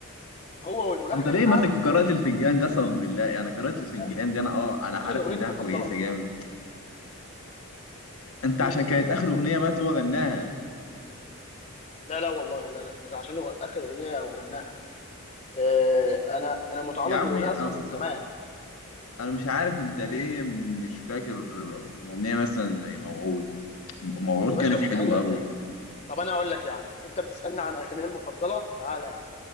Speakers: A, on the left (about 30°); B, on the left (about 75°).
A: هو والملحن
B: انت ليه
A: قعدوا
B: ماسك
A: سنه
B: في قراءة الفنجان قسما بالله يعني قراءة الفنجان
A: يا
B: دي انا اه انا
A: باشا
B: عارف
A: دي اغنيتي
B: انها
A: المفضله
B: كويسة جامد انت
A: دي
B: عشان
A: اغنيتي
B: كانت اخر اغنية بقى هو غناها
A: لا لا والله لا لا مش عشان هو اخر اغنيه وغناها آه، انا انا متعلق
B: يا عمي
A: بالاغنيه
B: انا
A: اصلا
B: أصل
A: من زمان
B: أنت- انا مش عارف انت ليه مش فاكر اغنية مثلا زي موعود م- موعود
A: يا باشا
B: كانت
A: مين
B: حلوة
A: قال لك
B: قوي
A: يا طب انا اقول لك يا عم انت بتسالني عن اغانيه المفضله تعالى يا عم